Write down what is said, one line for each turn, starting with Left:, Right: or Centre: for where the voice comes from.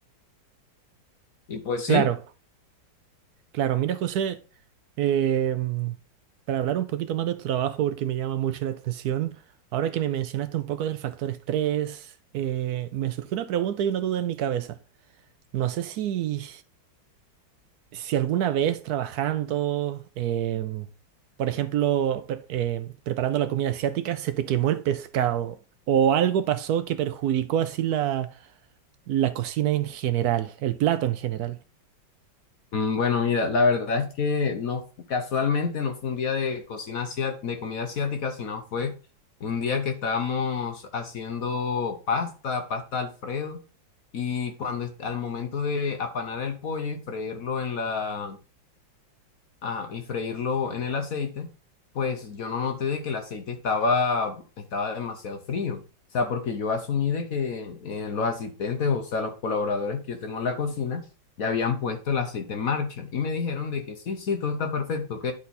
Left: Y pues sí.
Right: Claro, claro. Mira, José, em, para hablar un poquito más de tu trabajo, porque me llama mucho la atención, ahora que me mencionaste un poco del factor estrés, eh, me surgió una pregunta y una duda en mi cabeza. No sé si, si alguna vez trabajando, em, por ejemplo, pre- em, preparando la comida asiática, se te quemó el pescado o algo pasó que perjudicó así la, la cocina en general, el plato en general.
Left: Mm, Bueno, mira, la verdad es que no, fu- casualmente no fue un día de cocina asia- de comida asiática, sino fue un día que estábamos haciendo pasta, pasta Alfredo, y cuando est- al momento de apanar el pollo y freírlo en la ajá, y freírlo en el aceite, pues yo no noté de que el aceite estaba, estaba demasiado frío. O sea, porque yo asumí de que eh, los asistentes, o sea, los colaboradores que yo tengo en la cocina, ya habían puesto el aceite en marcha y me dijeron de que sí, sí, todo está perfecto, ok.